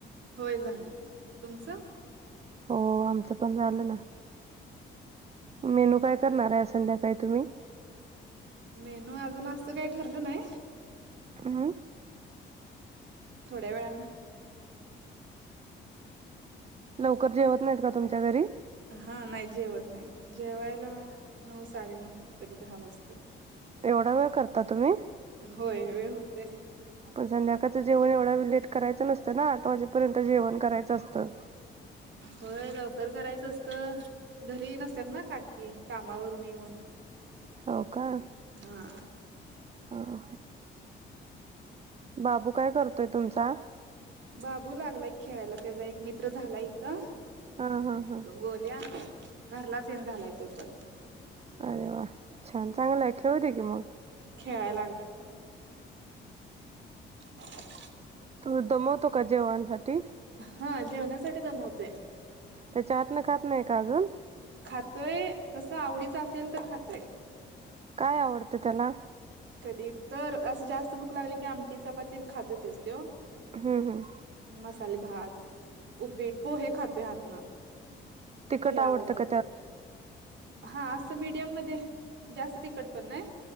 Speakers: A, on the right (about 65°); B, on the right (about 35°).
A: होय झालं की तुमचं
B: हो आमचं पण झालं ना मेनू काय करणार आहे संध्याकाळी तुम्ही
A: मेनू अजून असं काही ठरलं नाही
B: हां
A: थोड्या वेळाानं
B: लवकर जेवत नाहीत का तुमच्या घरी
A: हा नाही जेवत नाहीत जेवायला नऊ साडेनऊ कधी दहा वाजते
B: एवढा वेळ करता तुम्ही
A: होय वेळ होते
B: पण संध्याकाळचं जेवण एवढा लेट करायं नसतं ना आठ वाजेपर्यंत जेवण करायचं असतं
A: होय लवकर करायचं असत घरी नसतात ना काकी कामावरून येऊन
B: हो का
A: हा
B: ह बाबू काय करतोय तुमचा
A: बाबू लागलाय खेळाला त्याचा एक मित्र झाला इथं
B: हा हा हा
A: तो गोल्या घरलाचेन झालाय तो पण
B: अरे वा छान चांगलंय खेळते की मग
A: खेळाय लागलाय ह
B: तू दमवतो का जेवणसाठी
A: हा जेवण्यासाठी जमवतेय
B: त्याच्या हातनं खात नाही का अजून
A: खातोय कसं आवडीच असेल तर खातोय
B: काय आवडतं त्याला
A: कधी तर असं जास्त भूक लागली की आमटीचा पात्यान खातो तेच त
B: हम् हम्
A: मसाले भात उपीट पोहे खातो हातनं
B: तिखट
A: हो हे
B: आवडतं
A: आवडत
B: का
A: हा असं मीडियम मध्ये जास्त तखट पण नाही